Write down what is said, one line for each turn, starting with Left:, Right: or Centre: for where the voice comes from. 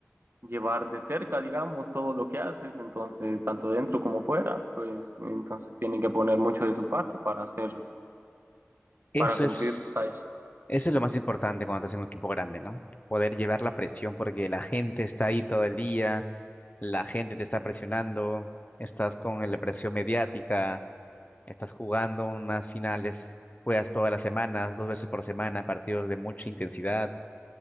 Right: llevar de cerca, digamos, todo lo que haces, entonces, tanto dentro como fuera, pues entonces tienen que poner mucho de su parte para hacer,
Left: Eso
Right: para cumplir.
Left: es,
Right: pues,
Left: eso es lo más importante cuando estás en un equipo grande, ¿no? Poder llevar la presión porque la gente está ahí todo el día, la gente te está presionando, estás con la presión mediática Estás jugando unas finales, juegas todas las semanas, dos veces por semana, partidos de mucha intensidad.